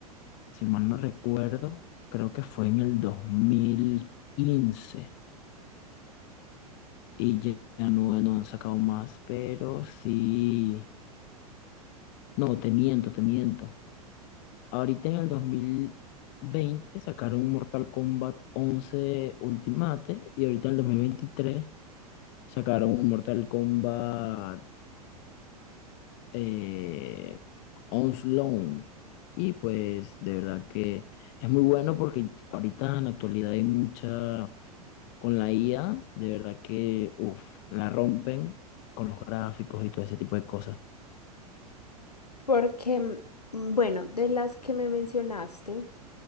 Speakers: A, on the left (about 45°); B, on the left (about 85°).
A: si mal no recuerdo, creo que fue en el 2015 y ya, ya no, no han sacado más, pero sí, no, te miento, te miento. Ahorita en el dos mil veinte sacaron Mortal Kombat once Ultimate y ahorita en el 2023 sacaron un Mortal Kombat eh, On loan Y pues de verdad que es muy bueno porque ahorita en la actualidad hay mucha, con la IA, de verdad que, uff, la rompen con los gráficos y todo ese tipo de cosas.
B: Porque, mm, bueno, de las que me mencionaste,